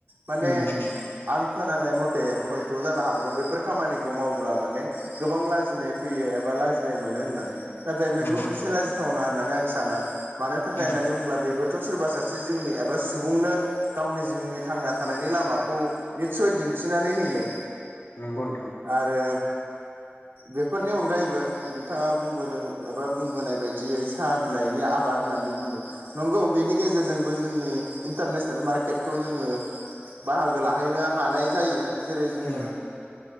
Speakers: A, on the right (about 85°); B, on the left (about 80°).
A: माने
B: उम
A: आं खोनानाय मथे हयथ' जानो हागौ बेफोर खामानिखौ मावोब्ला माने गोबां लाजिनाय फैयो एबा लाजिनाय मोनो होननानै नाथाय बेबो
B: नंगौ
A: मोनसे
B: नोंथां
A: लाजिथावना होननानै आं सा ना मानो थाखाय
B: उम
A: होननानै बुंब्ला बेबोथ' सोरबा सासे जिउनि एबा सुबुंनो गावनि जिउनि थां ना थानायनि लामाखौ निस्सय दिन्थिनानै होयो
B: नंगौ नोंथां
A: आरो बेफोरनि अनगायैबो नोंथाङा बुंबोदों एबा बुंबोनाय बायदियै साह बिलाइनि आबाद होननानै बुंदों नंगौ बेनि गेजेरजोंबो जोंनि इन्टारनेसनेल मार्केटखौ जोङो बाहागो लाहैनो हानाय जायो जेरै जोङो
B: उम